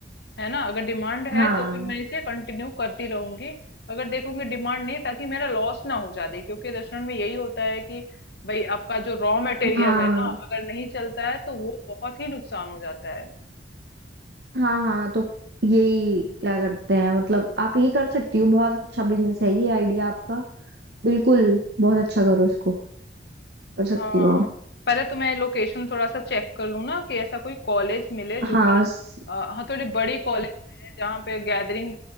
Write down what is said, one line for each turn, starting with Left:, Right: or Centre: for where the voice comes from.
Left: है ना अगर डिमांड
Right: हाँ
Left: है तो फिर मैं इसे कंटिन्यू करती रहूंगी अगर देखूंगी डिमांड नहीं ताकि मेरा लॉस ना हो जाए क्योंकि रेस्टोरेंट में यही होता है कि भाई आपका जो रॉ मटेरियल
Right: हाँ
Left: है ना अगर नहीं चलता है तो वो बहुत ही नुकसान हो जाता है
Right: हाँ हाँ तो यही क्या करते हैं मतलब आप ये कर सकती हो बहुत अच्छा बिजनेस है ये आइडिया आपका बिल्कुल बहुत अच्छा करो इसको कर सकती
Left: हाँ,
Right: हो आप
Left: पहले तो मैं लोकेशन थोड़ा सा चेक कर लूँ ना कि ऐसा कोई कॉलेज मिले जो
Right: हाँ
Left: कि
Right: स-
Left: अ, हाँ थोड़ी बड़ी कॉलेज है जहाँ पे गैदरिंग